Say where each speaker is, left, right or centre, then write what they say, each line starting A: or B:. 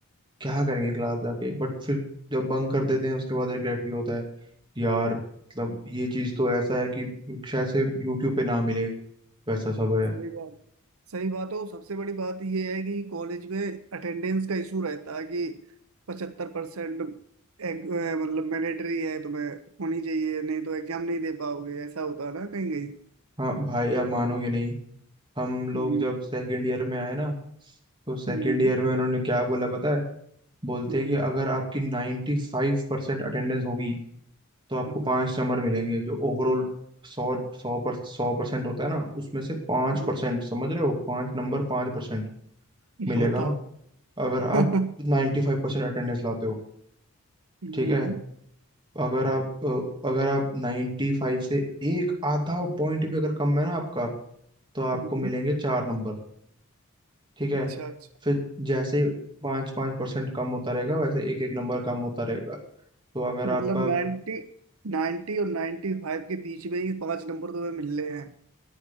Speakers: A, on the right; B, on the right.
A: क्या करेंगे क्लास जाके बट फिर जब बंक कर देते हैं उसके बाद रिग्रेट भी होता है कि यार मतलब ये चीज तो ऐसा है कि शायद से यूट्यूब पे ना मिले वैसा सब है
B: सही बात सही बात है और सबसे बड़ी बात यह है कि कॉलेज में अटेंडेंस का इशू रहता है कि पचहत्तर परसेंट मतलब मैंडेटरी है तुम्हें होनी चाहिए नहीं तो एग्जाम नहीं दे पाओगे ऐसा होता है ना कहीं कहीं
A: हाँ भाई आप मानोगे नहीं हम लोग
B: हम्म
A: जब सेकंड ईयर में आए ना तो सेकंड
B: हम्म
A: ईयर में उन्होंने क्या बोला पता है बोलते
B: हम्म,
A: हैं कि अगर आपकी 95% five percent attendance होगी तो आपको
B: हाँ,
A: पाँच नंबर मिलेंगे जो ओवरऑल सौ सौ पर सौ परसेंट होता है ना उसमें से पाँच
B: हाँ,
A: परसेंट समझ रहे हो पाँच नंबर पाँच परसेंट मिलेगा
B: बताओ
A: अगर आप
B: <laughs>
A: 95% अटेंडेंस लाते हो
B: हम्म
A: ठीक है अगर आप अ, अगर आप 95 से एक आधा पॉइंट भी अगर कम है ना आपका तो आपको
B: हम्म,
A: मिलेंगे चार नंबर ठीक है
B: अच्छा अच्छा
A: फिर जैसे पाँच पाँच परसेंट कम होता रहेगा वैसे एक एक नंबर कम होता रहेगा तो अगर आपका
B: मतलब 90 90 और 95 के बीच में ही पांच नंबर तुम्हें मिल रहे हैं